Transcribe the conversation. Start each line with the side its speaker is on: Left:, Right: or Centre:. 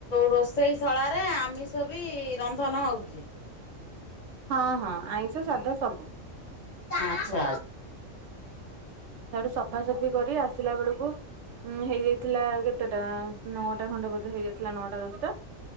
Left: ରୋଷେଇ ଶଳାରେ ଆମ ଛ ବି ରନ୍ଧନ ହେଉଛି।
Right: ହଁ ହଁ ଆଇଁଷ ସାଧା ସବୁ
Left: ଆଚ୍ଛା।
Right: ହୁଏ। ସେଠୁ ସଫାସଫି କରି ଆସିଲା ବେଳକୁ ଉଁ ହେଇଯାଇଥିଲା କେତେଟା ନଅଟା ଖଣ୍ଡେ ବୋଧେ ହେଇଯାଇଥିଲା ନଅଟା ଦଶଟା।